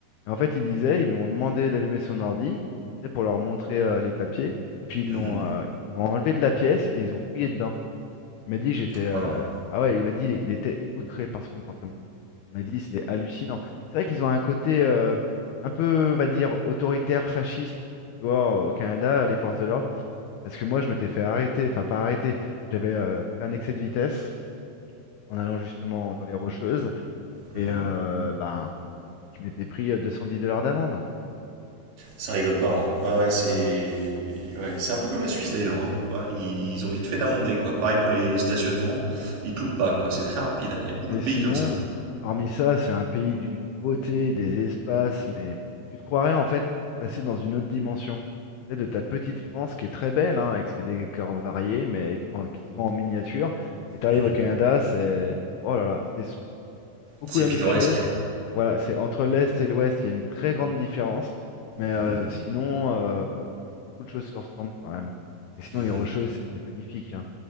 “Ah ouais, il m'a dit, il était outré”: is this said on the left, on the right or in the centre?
Left